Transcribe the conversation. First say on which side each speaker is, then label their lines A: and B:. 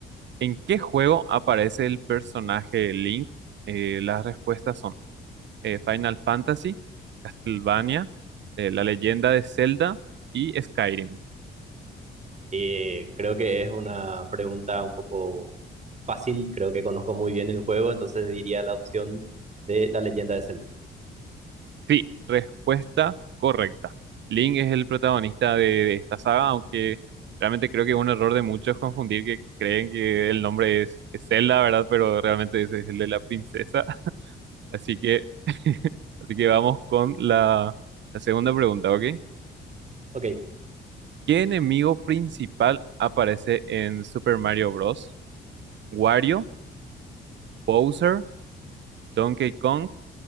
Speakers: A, on the right; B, on the right.
A: ¿En qué juego aparece el personaje Link? Eh, las respuestas son eh, Final Fantasy, Castlevania, eh, La Leyenda de Zelda y Skyrim.
B: Eh, creo que es una pregunta un poco fácil, creo que conozco muy bien el juego, entonces diría la opción de la leyenda de Zelda.
A: Sí, respuesta correcta. Link es el protagonista de, de esta saga, aunque realmente creo que es un error de muchos confundir que creen que el nombre es, es Zelda, ¿verdad? Pero realmente ese es el de la princesa. <laughs> Así que, <laughs> así que vamos con la, la segunda pregunta, ¿ok?
B: Ok.
A: ¿Qué enemigo principal aparece en Super Mario Bros? ¿Wario, Bowser, Donkey Kong